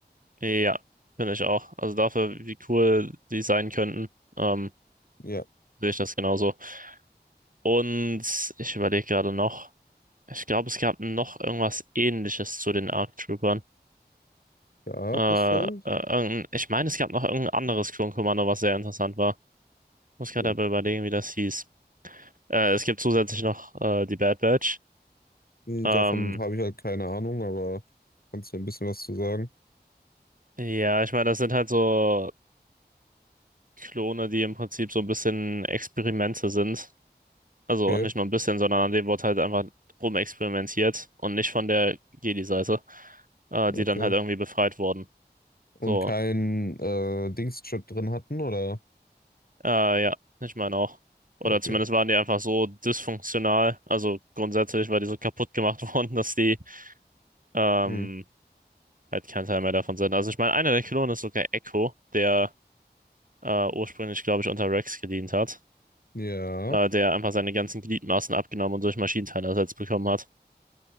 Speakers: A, on the right; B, on the left.
A: ja, finde ich auch. Also dafür, wie cool die sein könnten, ähm,
B: Ja,
A: sehe ich das genauso. Und ich überlege gerade noch. Ich glaube, es gab noch irgendwas Ähnliches zu den ARC Troopern.
B: gab
A: Äh,
B: es das?
A: äh, irgendein, ich meine, es gab noch irgendein anderes Klonkommando, was sehr interessant war. Muss gerade
B: Hm.
A: aber überlegen, wie das hieß. Äh, es gibt zusätzlich noch äh, die Bad Batch.
B: Nee,
A: Ähm,
B: Davon habe ich halt keine Ahnung, aber kannst du ein bisschen was zu sagen?
A: ja, ich meine, das sind halt so Klone, die im Prinzip so ein bisschen Experimente sind. Also
B: Okay,
A: nicht nur ein bisschen, sondern an denen wird halt einfach rumexperimentiert und nicht von der Jedi-Seite, äh, die
B: okay.
A: dann halt irgendwie befreit wurden.
B: Und
A: So,
B: kein äh, Dingschip drin hatten, oder?
A: Äh, ja, ich meine auch. Oder
B: Okay.
A: zumindest waren die einfach so dysfunktional. Also grundsätzlich war die so kaputt gemacht <laughs> worden, dass die ähm,
B: Hm.
A: halt kein Teil mehr davon sind. Also ich meine, einer der Klonen ist sogar Echo, der äh, ursprünglich, glaube ich, unter Rex gedient hat.
B: Ja.
A: Äh, der einfach seine ganzen Gliedmaßen abgenommen und durch Maschinenteile ersetzt bekommen hat.